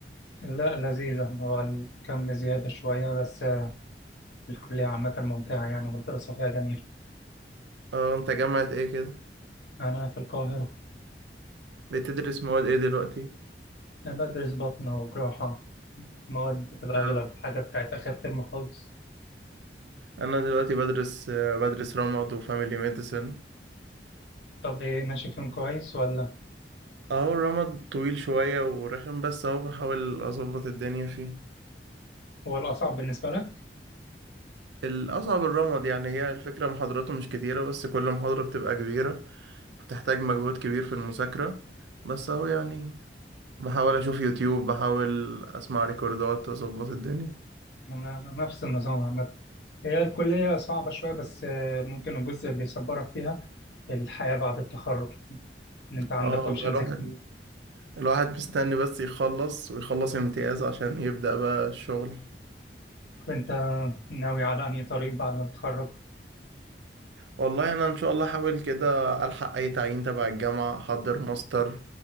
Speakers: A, on the left; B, on the right.
A: لا لذيذة هو الكم زيادة شوية بس آه، الكلية عامة ممتعة يعني والدراسة فيها جميلة
B: اه انت جامعة ايه كده
A: أنا في القاهرة
B: بتدرس مواد ايه دلوقتي
A: أنا بدرس باطنة وجراحة مواد بتبقى
B: مم.
A: أغلب حاجة بتاعت آخر ترم خالص
B: انا دلوقتي بدرس بدرس رمد وفاميلي ميديسن
A: طب إيه ماشي فيهم كويس ولا
B: اه الرمد طويل شوية ورخم بس اهو بحاول اظبط الدنيا فيه
A: هو الأصعب بالنسبة لك؟
B: الاصعب الرمد يعني هي الفكرة محاضراته مش كتيرة بس كل محاضرة بتبقى كبيرة بتحتاج مجهود كبير في المذاكرة بس اهو يعني بحاول اشوف يوتيوب بحاول اسمع ريكوردات اظبط الدنيا
A: أنا نفس النظام عامة هي الكلية صعبة شوية بس آه، ممكن الجزء اللي يصبرك فيها الحياة بعد التخرج إن أنت عندك
B: اه والله
A: أوبشنز
B: الواحد
A: كتير
B: الواحد مستني بس يخلص ويخلص امتياز عشان يبدأ بقى الشغل
A: وأنت ناوي على أنهي طريق بعد ما تتخرج
B: والله انا ان شاء الله احاول كده الحق اي تعيين تبع الجامعة احضر ماستر